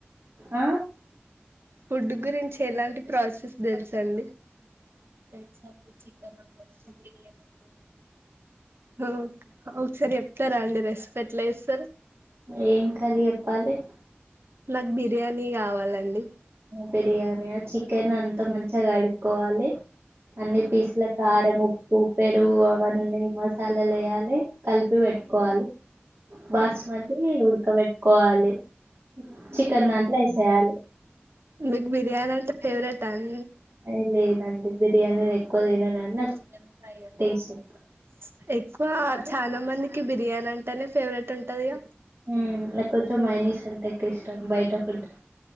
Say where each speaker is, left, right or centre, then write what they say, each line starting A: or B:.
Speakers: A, on the right; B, on the right.
A: ఆ
B: ఆహా ఫుడ్ గురించి ఎలాంటి ప్రాసెస్ తెలుసండి తెలుసండి చికెన్ ఉండొచ్చు బిర్యానీ ఉండొచ్చు ఓ ఒకసారి చెప్ప రా అండి రెస్పెక్ట్ లెస్
A: ఏం కర్రీ చెప్పాలి
B: నాకు బిర్యానీ కావాలి అండి
A: బిర్యానీ చికెన్ అంతా మంచిగా కడుక్కోవాలి అన్ని పీసుల కారం ఉప్పు పెరుగు అవన్నీ మసాలాలు వేయాలి కలిపి పెట్టుకోవాలి బాస్మతి ఉడకబెట్టుకోవాలి చికెన్ దాంట్లో వసేయాలి
B: మీకు బిర్యానీ అంటే ఫేవరెట్ అ హు <inaudible>
A: ఏ, లేదండి బిర్యానీ ఎక్కువ తిననండి
B: నాకు చికెన్ ఫ్రై అంటే
A: ఇష్టం
B: ఇష్టం ఎక్కువ చాలామందికి బిర్యానీ అం <inaudible> ఫేవరెట్ ఉంటుంది గా
A: హు నాకు కొంచెం మైనిస్ అంటే ఎ నాకు ఇష్టం బయట ఫుడ్